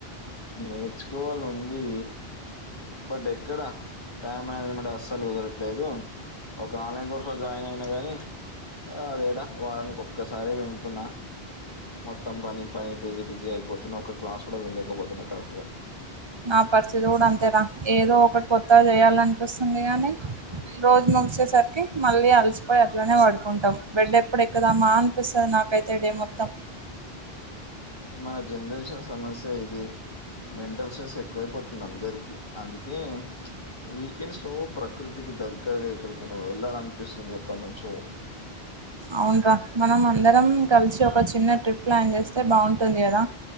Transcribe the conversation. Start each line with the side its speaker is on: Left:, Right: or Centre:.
Left: నేర్చుకోవాల ఉంది బట్ ఎక్కడ టైమ్ మనేజమెంట్ యస్ స్సలు కుదరట్లేదు ఒక ఆన్లైన్ కోర్సు లో జాయిన్ అయినా గానీ ఆ అదేడ వారానికి ఒక్కసారి వింటున్నా మొత్తం పని పని బిసీ బిసీ అయిపోతున్నా ఒక క్లాస్ కూడా వినలేకపోతున్నా కరెక్ట్ గా
Right: నా పరిస్థితి కూడా అంతే రా ఏదో ఒకటి కొత్తగా చెయ్యాలనిపిస్తుంది గానీ రోజు ముగిసేసరికి మళ్ళీ అలసిపోయి అట్లనే పడుకుంటాం బెడ్ ఎప్పుడు ఎక్కదామా అనిపిస్తుంది నాకై తే డే మొత్తం
Left: మన జనరేషన్ సమస్య ఇది మెంటల్ స్ట్రెస్ ఎక్కువైపోతు అందరికీ అందుకే వీకెండ్స్ లో ప్రకృతికి ద గ్గరగా ఎక్కడికైనా వెళ్ళాలి అనిపిస్తుంది ఎప్పటి నుంచో
Right: అవున్రా మనం అందరం కలిసి ఒక చిన్న ట్రిప్ ప్లాన్ చేస్తే బావుంటుంది కదా